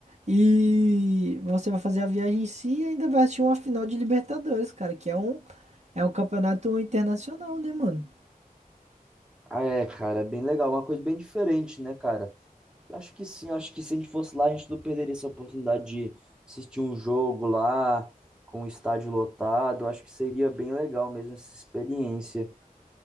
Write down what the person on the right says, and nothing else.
E você vai fazer a viagem em si e ainda vai assistir uma final de Libertadores, cara, que é um é um campeonato internacional, né, mano?